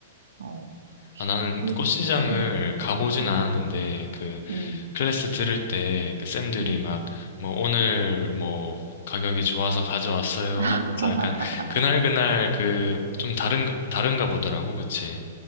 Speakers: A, on the right (about 70°); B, on the left (about 60°).
A: 어,
B: 아, 나는
A: 그,
B: 꽃시장을
A: 음,
B: 가보진
A: 음,
B: 않았는데, 그,
A: 음,
B: 클래스 들을 때, 그 쌤들이
A: 음.
B: 막, 뭐, 오늘, 뭐, 가격이 좋아서 가져왔어요 하면서
A: <laughs>
B: 약간, 그날그날 그, 좀 다른, 다른가 보더라고, 그치?